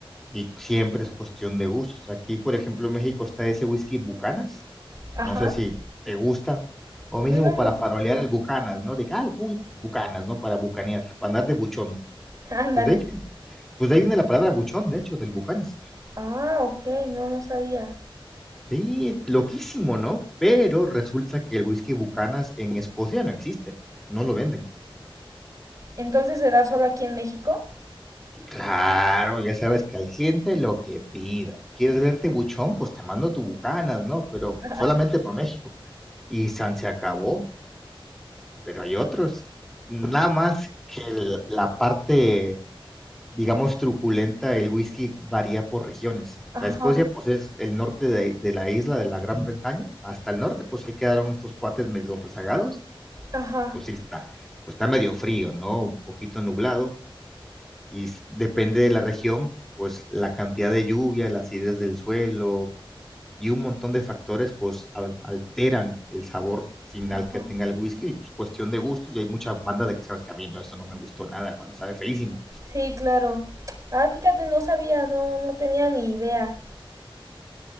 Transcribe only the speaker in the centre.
Y siempre es cuestión de gustos. Aquí, por ejemplo, en México está ese whisky Bucanas.
No sé si te gusta, o
mínimo
para farolear el Bucanas, ¿no? De que, ah, uy, Bucanas, ¿no? Para bucanear, para andar de buchón.
Pues de ahí, pues de ahí viene la palabra buchón, de hecho, del Bucanas.
Sí, loquísimo, ¿no? Pero resulta que el whisky Bucanas en Escocia no existe, no lo venden.
Claro, ya sabes que al cliente lo que pida. ¿Quieres verte buchón? Pues te mando tu bucanas, ¿no? Pero
solamente
para México. Y San se acabó, pero hay otros. Nada más que el- la parte, digamos, truculenta del whisky varía por regiones.
O sea, Escocia, pues es el norte de, de la isla de la Gran Bretaña. Hasta el norte, pues se quedaron estos cuates medio rezagados.
Pues sí está. Pues está medio frío, ¿no? Un poquito nublado y depende de la región, pues la cantidad de lluvia, la acidez del suelo y un montón de factores pues alteran el sabor final
que tenga el whisky, pues, cuestión de gusto, y hay muchas bandas de que sabes que a mí no, esto no me gustó nada, hermano, sabe feísimo.